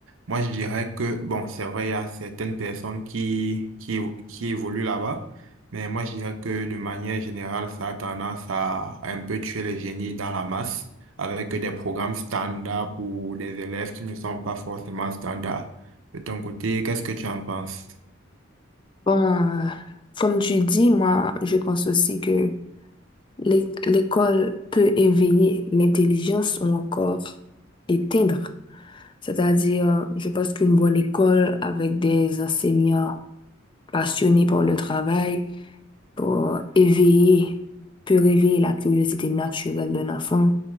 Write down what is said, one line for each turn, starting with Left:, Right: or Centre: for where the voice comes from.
Right: Moi, je dirais que, bon, c'est vrai, il y a certaines personnes qui, qui, qui évoluent là-bas, mais moi, je dirais que de manière générale, ça a tendance à, à un peu tuer les génies dans la masse avec des programmes standards pour des élèves qui ne sont pas forcément standards. De ton côté, qu'est-ce que tu en penses?
Left: Bon, euh, comme tu dis, moi, je pense aussi que l'é- l'école peut éveiller l'intelligence ou encore éteindre. C'est-à-dire, euh, je pense qu'une bonne école avec des enseignants passionnés par le travail, pour éveiller, peut réveiller la curiosité naturelle d'un enfant,